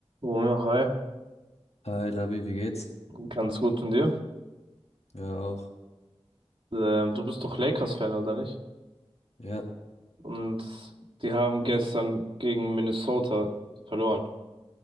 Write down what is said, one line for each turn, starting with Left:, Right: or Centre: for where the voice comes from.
Right: Romeo, hi,
Left: Hi Labi, wie geht's?
Right: ganz gut und dir?
Left: Ja, auch.
Right: Ähm, du bist doch Lakers-Fan, oder nicht?
Left: Ja,
Right: Und die haben gestern gegen Minnesota verloren.